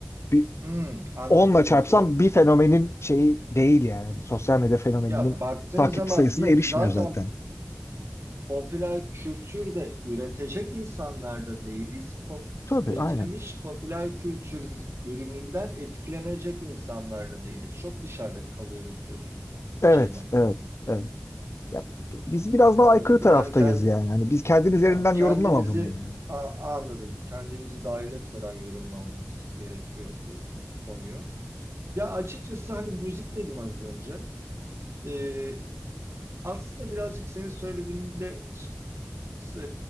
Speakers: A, on the left; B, on the right.
A: bir
B: Hmm, anladım
A: onla çarpsan
B: ne söylemek
A: bir
B: istediğini.
A: fenomenin şeyi değil yani. Bir sosyal medya fenomeninin
B: Ya baktığın
A: takipçi
B: zaman
A: sayısına
B: biz
A: erişmiyor
B: zaten
A: zaten.
B: popüler kültür de üretecek insanlar da değiliz. Pop,
A: Tabii
B: üretilmiş
A: aynen.
B: popüler kültür ürününden etkilenecek insanlar da değiliz. Çok dışarıda kalıyoruz diyorsun
A: Evet,
B: şeyden.
A: evet, evet. Ya, biz biraz daha
B: Anladım.
A: aykırı taraftayız
B: Bunu hani ke-
A: yani. Hani biz kendin üzerinden
B: tamam, kendimizi
A: yorumlama bunu yani.
B: a- anladım. Kendimizi dahil etmeden yorumlamamız gerekiyor bu konuyu. Ya açıkçası hani müzik dedim az önce. Ee, aslında birazcık senin söylediğinde e,